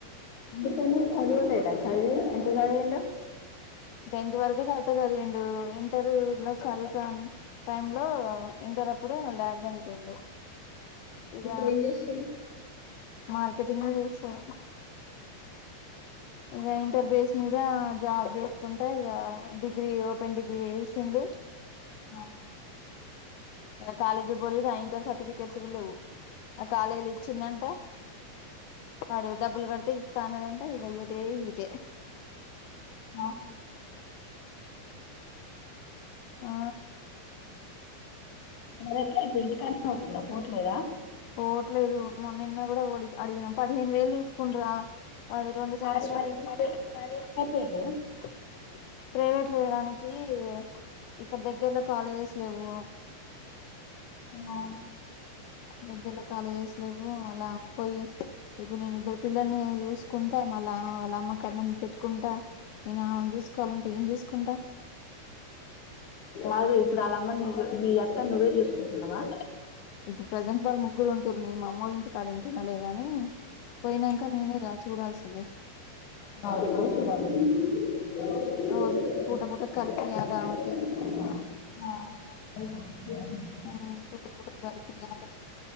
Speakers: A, on the left; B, on the left.
A: <unintelligible> చదువలేడా <unintelligible> ఎంత చదివిండు
B: టెన్త్ <unintelligible> ఇంటర్ ఇలా చదుకని టైమ్ లో ఇంటర్ అప్పుడు వాళ్ళ డాడి చనిపోయిండు ఇగ
A: ఇప్పుడు ఏం చేసి
B: మార్కెటింగ్ <unintelligible> ఇంగ ఇంటర్ బేస్ మీద జాబ్ చేసుకుంటే ఇ డిగ్రీ ఓపెన్ డిగ్రీ చేసిండు
A: అ
B: కాలేజీ పోలేదు ఆ ఇంటర్ సర్టిఫికెట్స్ కూడ లేవు ఆ కాలేజీలో <unintelligible> వాడు డబ్బులు గడితే ఈ స్థాంట ఇ ఇద ఇద
A: ఆ
B: ఆ
A: మరి ఎట్ల ఇప్పుడు ఇంటికన్నె వుంటుంద పోట్లేద
B: పోట్లేదు మొ నిన్న కూడ అడిగినం పదిహేను వేలు తీసుకుంట్ర వాడు రొండు సంవత్సరాలకి
A: కాదు మరి ప్రైవేట్ ప్రైవేట్ అయిపోయిర్రు
B: <unintelligible> ఇక్కడ దగ్గర్లో కాలేజెస్ లేవు
A: ఆ
B: దగ్గర్ల కాలేజెస్ లెవ్వు మళ్ళా పొయ్యి ఇప్పుడు నేనిద్దరు పిల్లల్నీ జూసుకుంట మళ్ళా వాళ్ళమ్మకన్నం పెట్టుకుంటా నేనావెన్జూస్కోవాల్నంటే ఏం జూస్కుంటా?
A: మరీ ఇప్పుడాళ్ళమ్మన్నువ్వ్ మీ అత్తన్నువ్వే జూస్కుంటున్నవా?
B: ఇప్పుడు ప్రజెంట్ వాళ్ముగ్గురు ఉంటుర్రు నేన్మామ్మోళ్ళింటికాడుంటున్నలే గానీ పోయినంక నేనేరా చూడాల్సింది.
A: <unintelligible> ఆ
B: రోజు పూట పూట కలిపియాలి ఆమెకి
A: <unintelligible>
B: ఆ కొటుంబు గర్పియ్యాలే